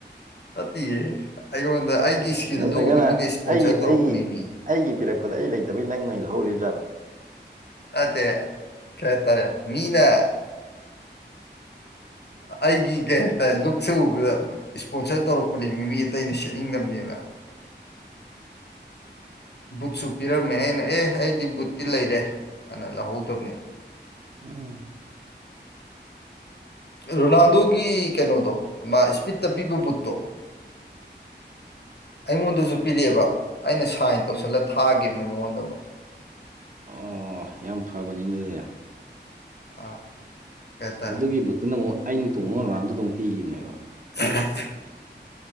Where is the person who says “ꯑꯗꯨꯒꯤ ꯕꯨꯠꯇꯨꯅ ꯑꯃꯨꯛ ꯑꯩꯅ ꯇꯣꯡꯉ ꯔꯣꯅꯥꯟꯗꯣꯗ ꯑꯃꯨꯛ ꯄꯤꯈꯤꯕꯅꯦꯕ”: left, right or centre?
Right